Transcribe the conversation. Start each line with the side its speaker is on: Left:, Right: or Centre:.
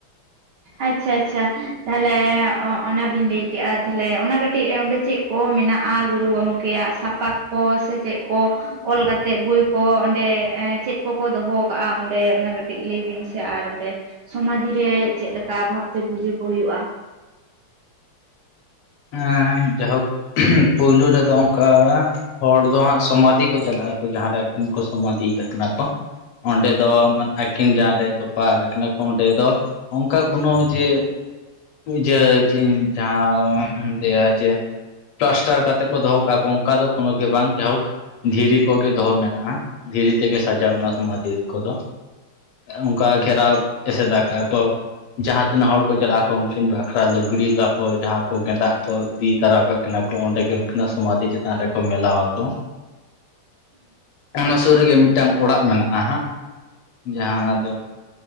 Right: ᱟᱪᱪᱷᱟ ᱟᱪᱪᱷᱟ ᱛᱟᱦᱞᱮ ᱚᱱᱟ ᱵᱤᱱ ᱞᱟᱹᱭ᱾ ᱠᱮᱜ-ᱟ ᱛᱟᱦᱚᱞᱮ ᱚᱱᱟ ᱠᱟᱹᱴᱤᱡ ᱚᱸᱰᱮ ᱪᱮᱫ ᱠᱚ ᱢᱮᱱᱟᱜ-ᱟ ᱜᱩᱨᱩ ᱜᱚᱝᱠᱮᱭᱟᱜ ᱥᱟᱯᱟᱵ ᱠᱚ ᱥᱮ ᱪᱮᱫ ᱠᱚ᱾ ᱚᱞ ᱠᱟᱛᱮᱜ ᱵᱳᱭ ᱠᱚ ᱚᱸᱰᱮ ᱮᱸ᱾ ᱪᱮᱫ ᱠᱚᱠᱚ ᱫᱚᱦᱚ ᱠᱟᱜ-ᱟ ᱚᱸᱰᱮ ᱚᱱᱟ ᱠᱟᱹᱴᱤᱡ ᱞᱟᱹᱭ ᱵᱤᱱ ᱥᱮ ᱟᱨ ᱚᱸᱰᱮ ᱥᱚᱢᱟᱫᱷᱤ ᱨᱮ᱾ ᱚᱠᱟ ᱵᱷᱟᱵᱽ ᱛᱮ ᱯᱩᱡᱟᱹ ᱠᱚ ᱦᱩᱭᱩᱜ-ᱟ᱾
Left: ᱮᱸᱻ ᱡᱟᱭᱦᱳᱠ᱾ ᱯᱩᱭᱞᱩ ᱨᱮᱫᱚ ᱚᱱᱠᱟ, ᱦᱚᱲ ᱫᱚ ᱦᱟᱸᱜ ᱥᱚᱢᱟᱫᱷᱤ ᱠᱚ ᱪᱟᱞᱟᱜ ᱟᱠᱚ᱾ ᱡᱟᱦᱟᱸ ᱨᱮ ᱩᱱ ᱠᱚ ᱥᱚᱢᱟᱫᱷᱤ ᱟᱠᱟᱜ ᱠᱤᱱᱟ ᱠᱚ᱾ ᱚᱸᱰᱮ ᱫᱚ, ᱟᱹᱠᱤᱱ ᱡᱟᱦᱟᱸ ᱨᱮ ᱛᱚᱯᱟ ᱟᱠᱟᱫ ᱠᱤᱱᱟ ᱠᱚ ᱚᱸᱰᱮ ᱫᱚ ᱚᱱᱠᱟ ᱠᱚᱱᱚ ᱡᱮ, ᱯᱩᱡᱟᱹᱭ ᱤᱧ ᱡᱟᱦᱟᱸᱧ ᱞᱟᱹᱭᱼᱟ ᱡᱮ, ᱯᱞᱟᱥᱴᱟᱨ ᱠᱟᱛᱮ ᱠᱚ ᱫᱚᱦᱚ ᱠᱚ ᱚᱱᱠᱟ ᱫᱚ ᱠᱳᱱᱳ ᱜᱮ ᱵᱟᱝ ᱡᱟᱭᱦᱳᱠ᱾ ᱫᱷᱤᱨᱤ ᱠᱚᱜᱮ ᱫᱚᱦᱚ ᱢᱮᱱᱟᱜᱼᱟ, ᱫᱷᱤᱨᱤ ᱛᱮᱜᱮ ᱥᱟᱡᱟᱣ ᱚᱱᱟ ᱥᱚᱢᱟᱫᱷᱤ ᱠᱚᱫᱚ᱾ ᱚᱱᱠᱟ ᱜᱷᱮᱨᱟᱣ, ᱮᱥᱮᱫᱼᱟ ᱠᱟᱜᱼᱟ ᱠᱚ᱾ ᱡᱟᱦᱟᱸ ᱛᱤᱱᱟᱹᱜ ᱦᱚᱲ ᱠᱚ ᱪᱟᱞᱟᱜᱼᱟ ᱠᱚ ᱩᱱᱠᱤᱱ ᱵᱟᱠᱷᱨᱟ ᱫᱚ ᱞᱩᱜᱽᱲᱤᱡ ᱞᱟᱯᱚ ᱡᱟᱦᱟᱸ ᱠᱚ ᱜᱮ ᱫᱟᱜ ᱠᱚ ᱤᱫᱤ ᱛᱚᱨᱟᱣ ᱠᱟᱜ ᱠᱤᱱᱟ ᱠᱚ, ᱚᱸᱰᱮ ᱜᱮ ᱜᱮ ᱩᱱᱠᱤᱱᱟ ᱥᱚᱢᱟᱫᱷᱤ ᱪᱮᱛᱟᱱ ᱨᱮᱠᱚ ᱢᱮᱞᱟᱣᱟᱠᱚ᱾ ᱚᱱᱟ ᱥᱩᱨ ᱨᱮᱜᱮ ᱢᱤᱫᱴᱟᱝ ᱚᱲᱟᱜ ᱢᱮᱱᱟᱜᱼᱟ ᱦᱟᱸᱜ᱾ ᱡᱟᱦᱟᱸ ᱫᱚ